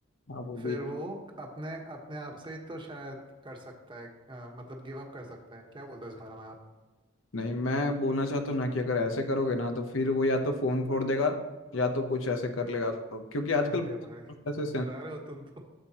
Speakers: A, on the left (about 85°); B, on the right (about 25°).
A: हाँ वो
B: फिर
A: भी
B: वो अपने अपने आप से ही तो शायद कर सकता है अ, मतलब गिव अप कर सकता है क्या बोलते हो इस बारे में आप
A: नहीं मैं बोलना चाहता हूँ ना कि अगर ऐसे करोगे ना तो फिर वो या तो फोन फोड़ देगा या तो कुछ ऐसे कर लेगा क्योंकि आजकल
B: अरे भाई
A: ऐसे
B: डरा रहे हो तुम तो